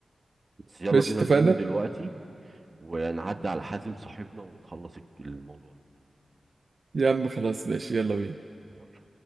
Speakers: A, on the right; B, on the right.
A: بس يلا
B: ماشي
A: بينا
B: اتفقنا
A: نقوم دلوقتي ونعدي على حازم صاحبنا ونخلص الك- الموضوع ده
B: يا عم خلاص ماشي يلا بينا
A: يلا